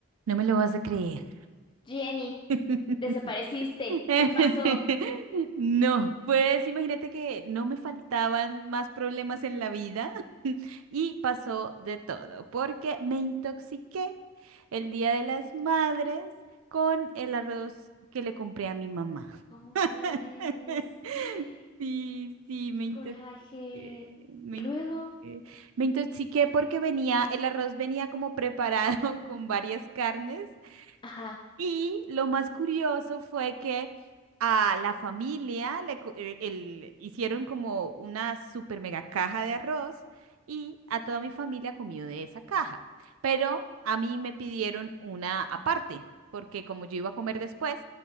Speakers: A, on the right; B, on the left.
A: No me lo vas a creer.
B: Jenny,
A: <laughs>
B: desapareciste.
A: <laughs>
B: ¿Qué pasó?
A: No, pues imagínate que no me faltaban más problemas en la vida <laughs> y pasó de todo, porque me intoxiqué el Día de las Madres con el arroz que le compré a mi mamá.
B: ¿Cómo
A: <laughs>
B: crees? ¡Eh!
A: Sí, sí, me
B: ¡Qué
A: intoxiqué,
B: coraje!
A: me
B: Y luego,
A: intoxiqué. Me intoxiqué porque venía, el arroz venía como preparado <laughs> con varias carnes
B: ajá.
A: Y lo más curioso fue que a la familia le co- el- el- hicieron como una super mega caja de arroz y a toda mi familia comió de esa caja. Pero a mí me pidieron una aparte, porque como yo iba a comer después,